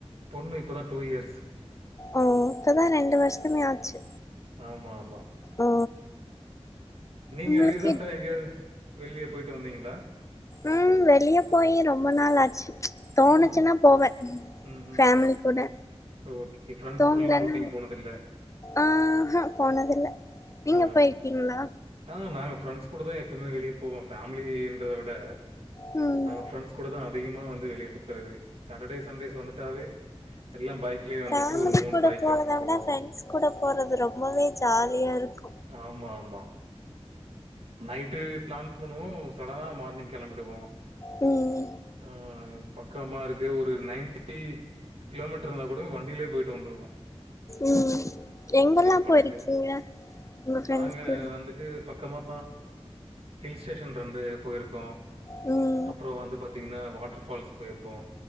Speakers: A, on the right (about 65°); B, on the left (about 30°).
A: பொண்ணு இப்ப தா டூ இயர்ஸ்
B: ஓ இப்பதா ரெண்டு வருஷமே ஆச்சு
A: ஆமா ஆமா
B: ஓ
A: நீங்க
B: உங்களுக்கு
A: ரீசன்டா எங்கயாது வெளிய போயிட்டு வந்தீங்களா
B: ம் வெளிய போயி ரொம்ப நாள் ஆச்சு தோணுச்சுன்னா
A: ம்.
B: போவ
A: ம்ஹ்ம்.
B: ஃபேமிலி கூட
A: ஓகே. ஃபிரெண்ட்ஸ்
B: தோன்லன்னா
A: கூடலாம் அவுட்டிங் போனதில்ல.
B: ஆஹா போனதில்ல நீங்க
A: ஹா
B: போயிருக்கீங்களா
A: ஆ நாங்க ஃப்ரெண்ட்ஸ் கூட தா எப்பயுமே வெளிய போவோ ஃபேமிலின்றத விட
B: ம்
A: ஃப்ரெண்ட்ஸ் கூட தா அதிகமா வந்து வெளிய சுத்தறது சாட்டடே சண்டேஸ் வந்து ட்டாவே எல்லா பைக்லயே வந்துட்டு
B: ஃபேமிலி
A: ஒரு மூணு
B: கூட
A: பைக்
B: போறத
A: எடுத்து போவோ
B: விட ஃப்ரெண்ட்ஸ் கூட போறது ரொம்பவே ஜாலியா இருக்
A: ஆமா ஆமா நைட்டு பிளான் பண்ணுவோ சடனா மார்னிங் கெளம்பிடுவோ
B: ம்
A: ஆ பக்கமா இருக்கு ஒரு நைன்டி கிலோமீட்டர்ருந்தா கூடவே வண்டிலியே போய்ட்டு வந்துருக்கோ
B: ம் எங்கல்லாம்
A: பண்ணிட்டு.
B: போயிருக்கீங்க உங்க ஃப்ரெண்ட்ஸ்
A: நாங்க
B: கூட
A: வந்துட்டு பக்கமா ஹில் ஸ்டேஷன் ரெண்டு போயிருக்கோ
B: ம்
A: அப்றோ வந்து பாத்தீங்கன்னா வாட்டர்ஃபால்ஸ் போயிருப்போ